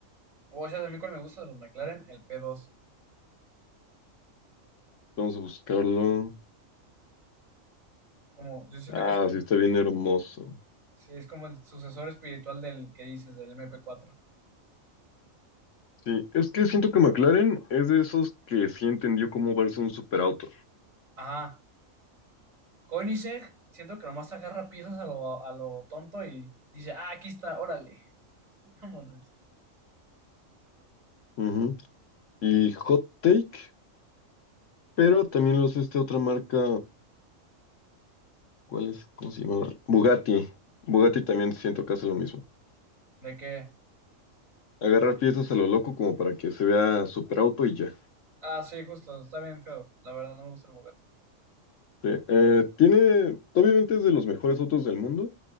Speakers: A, on the right; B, on the left.
A: O sea, a mí cuál me gusta de los McLaren, el P2.
B: Vamos a buscarlo.
A: Como, yo siento
B: Ah,
A: que es,
B: sí, está bien hermoso.
A: sí, es como el sucesor espiritual del que dices, del MP4.
B: Sí, es que siento que McLaren es de esos que sí entendió cómo verse un superauto.
A: Ajá. Koenigsegg, siento que nomás agarra piezas a lo, a lo tonto y dice, ah, aquí está, órale, <laughs> vámonos.
B: Ujú. Y Hot Take, pero también lo hace esta otra marca. ¿Cuál es? ¿Cómo se llamaba? Bugatti. Bugatti también siento que hace lo mismo.
A: De qué
B: Agarrar piezas a lo loco como para que se vea super auto y ya.
A: ah, sí, justo, está bien feo. La verdad, no me gusta el Bugatti.
B: Sí, eh, tiene, obviamente es de los mejores autos del mundo,